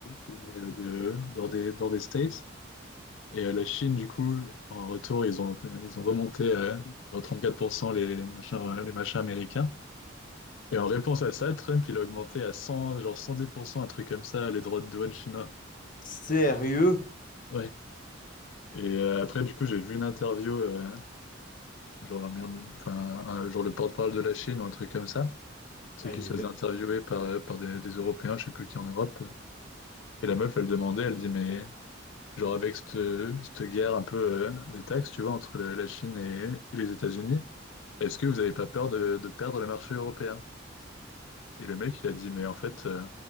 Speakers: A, on the left; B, on the left.
A: qui venaient de... dans des... dans des States. Et euh, la Chine, du coup, en retour, ils ont, ils ont remonté à genre, 34% les machins... euh, les machins américains. Et en réponse à ça, Trump, il a augmenté à 100, genre 110%, un truc comme ça, les droits de douane chinois.
B: Sérieux?
A: Ouais. Et euh, après, du coup, j'ai vu une interview, euh, genre, un merde, enfin, un- genre le porte-parole de la Chine ou un truc comme ça. C'est
B: Ah,
A: qu'il
B: il
A: se
B: est vite.
A: faisait interviewer par, euh, par des, des Européens, je sais plus qui en Europe. Et la meuf, elle demandait, elle dit, mais genre avec cette, cette guerre un peu euh, des taxes, tu vois, entre le- la Chine et, et les États-Unis, est-ce que vous n'avez pas peur de, de perdre le marché européen? Et le mec, il a dit, mais en fait, euh,